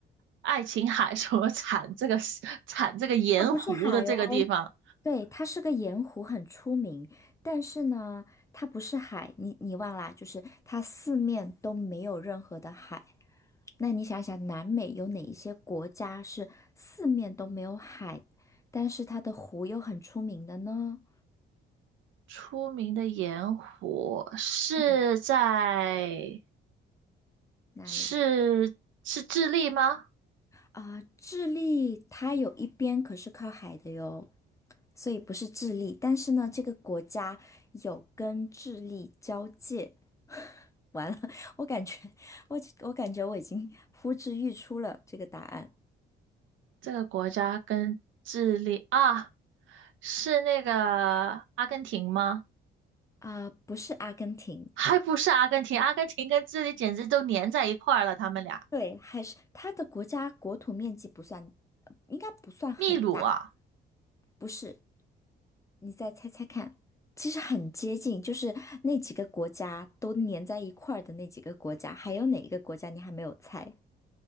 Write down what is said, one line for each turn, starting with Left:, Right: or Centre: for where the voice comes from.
Right: 爱琴海 <laughs> 什么产这个 <laughs> 产这个盐湖的这个地方，
Left: 它不是海哦，对，它是个盐湖，很出名。但是呢，它不是海，你你忘啦，就是它四面都没有任何的海。那你想想，南美有哪一些国家是四面都没有海，但是它的湖又很出名的呢？
Right: 出名的盐湖是在
Left: 嗯，那里
Right: 是是智利吗？
Left: 啊，智利它有一边可是靠海的哟，所以不是智利。但是呢，这个国家有跟智利交界。完了，<laughs> 我感觉我我感觉我已经呼之欲出了这个答案
Right: 这个国家跟智利啊，是那个阿根廷吗？
Left: 啊，不是阿根廷，
Right: 还不是阿根廷，阿根廷跟智利简直都粘在一块儿了，他们俩。
Left: 对，还是它的国家国土面积不算，应该不算很大。
Right: 秘鲁啊，
Left: 不是，你再猜猜看，其实很接近，就是那几个国家都粘在一块儿的那几个国家，还有哪一个国家你还没有猜？